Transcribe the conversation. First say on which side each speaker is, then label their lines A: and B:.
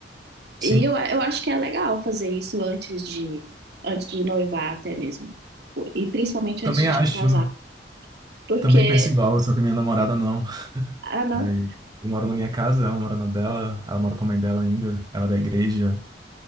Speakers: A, on the right; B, on the right.
A: Sim,
B: E eu, eu acho que é legal fazer isso antes de, antes de noivar até mesmo. E principalmente
A: também
B: antes de
A: acho.
B: casar. Porque,
A: Também penso igual, só que minha namorada não. <laughs>
B: ah, não.
A: Aí, eu moro na minha casa, ela mora na dela, ela mora com a mãe dela ainda, ela é da igreja,